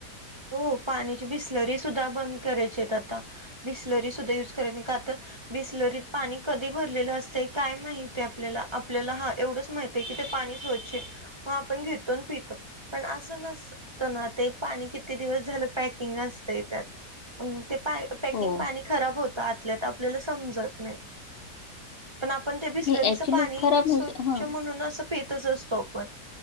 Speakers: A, on the right; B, on the left.
A: हो! पाण्याची बिस्लरी सुद्धा बंद करायचे आहेत आता. बिसलरी सुद्धा युज कराय नाही कातर, बिसलरीत पाणी कधी भरलेलं असतं काय माहिती आपल्याला आपल्याला हा एवढंच माहि कि ते पाणी स्वच्छ हे, मग आपण घेतो पितो पण असं न नाता पाणी किती दिवस झालं पॅकिंग असतंय त्यात म ते पॅकिंग
B: हो
A: पाणी खराब होतं आतल्यात आपल्याला समजत नाही. पण आपण ते बिस्लरीचं
B: नाही ॲक्च्युली
A: पाणी
B: खराब
A: स्वच्छ
B: म्हणजे हां.
A: म्हणून असं पेतच असतो आपण.